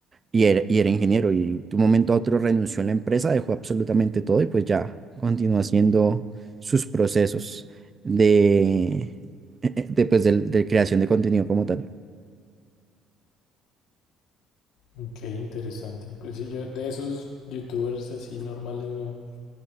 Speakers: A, on the right (about 30°); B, on the left (about 80°).
A: y era, y era ingeniero y de un momento a otro renunció a la empresa, dejó absolutamente todo y pues ya continuó haciendo sus procesos de, <laughs> de, pues, del- de creación de contenido como tal.
B: Ok, interesante. Pues sí, yo de esos youtubers así normales no